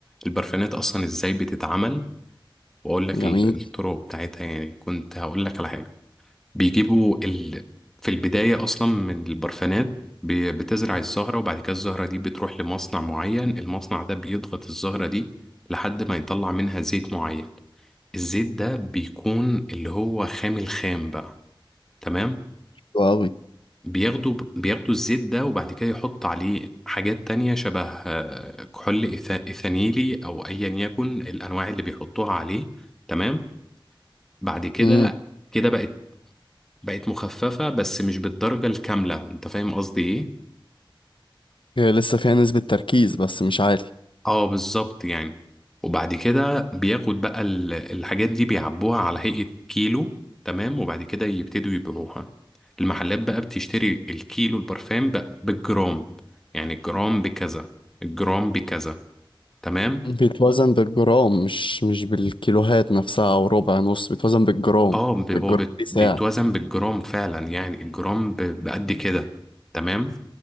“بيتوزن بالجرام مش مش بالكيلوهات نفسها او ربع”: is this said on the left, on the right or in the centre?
Left